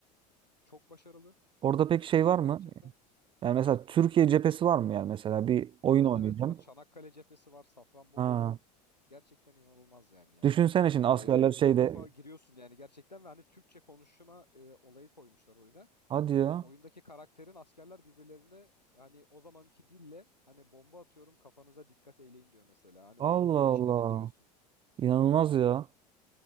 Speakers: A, on the left; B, on the right.
A: çok başarılı
B: Orada pek şey var mı?
A: gerçekten.
B: Yani mesela
A: Hı.
B: Türkiye cephesi var mı yani mesela bir oyun
A: Evet
B: oynayacağım.
A: evet var. Çanakkale cephesi var, Safranbolu
B: Ha.
A: var. Gerçekten inanılmaz yani ya.
B: Düşünsene şimdi askerler
A: e,
B: şeyde
A: o ruha giriyorsun yani gerçekten ve hani Türkçe konuşma e, olayı koymuşlar oyuna.
B: hadi ya.
A: Oyundaki karakterin askerler birbirlerine hani o zamanki dille hani bomba atıyorum kafanıza dikkat eyleyin diyor mesela. Hani
B: Allah
A: o modun
B: Allah.
A: içine de giriyorsun.
B: İnanılmaz ya.